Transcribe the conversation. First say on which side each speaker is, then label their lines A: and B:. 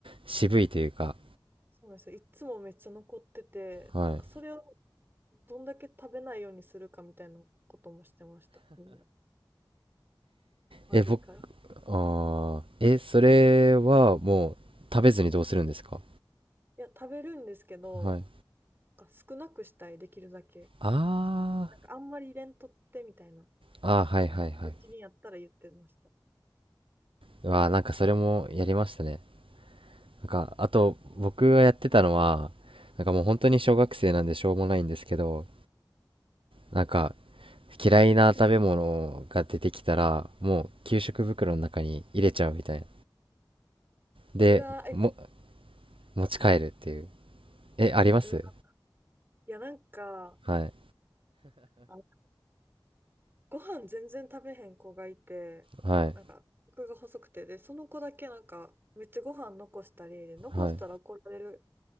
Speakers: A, on the right (about 80°); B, on the right (about 25°).
A: 渋いというか
B: そうなんですよ。いつもめっちゃ残ってて、
A: はい
B: なんかそれをどんだけ食べないようにするかみたいなこともしてました、みんな。まずいから。
A: え僕ああえそれはもう食べずにどうするんですか
B: いや、食べるんですけど、
A: はい
B: なんか少なくしたい、できるだけ。
A: あ
B: なんかあんまり入れんとってみたいな
A: あ、あーはいはいはい
B: 形にやったら言ってました。
A: うわーなんかそれもやりましたねなんかあと僕がやってたのはなんかもう本当に小学生なんでしょうもないんですけどなんか嫌いな食べ物が出てきたらもう給食袋の中に入れちゃうみたいなでも
B: うわー、え、
A: 持ち帰るっていう
B: はい。
A: えあります
B: うわ、いや、なんか、
A: はい
B: あのご飯全然食べへん子がいて、
A: はい
B: なんか、僕が細くて、で、その子だけなんか、めっちゃご飯残したり、で、残したら怒られる
A: はい